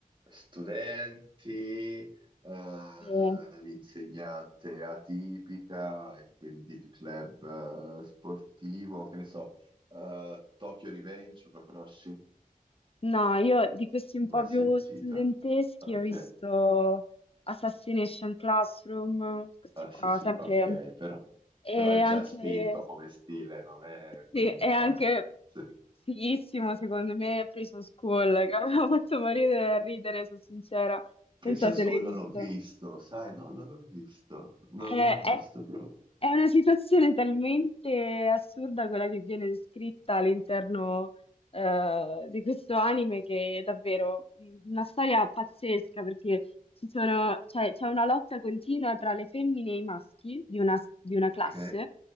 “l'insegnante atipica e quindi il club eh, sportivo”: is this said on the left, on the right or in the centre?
Right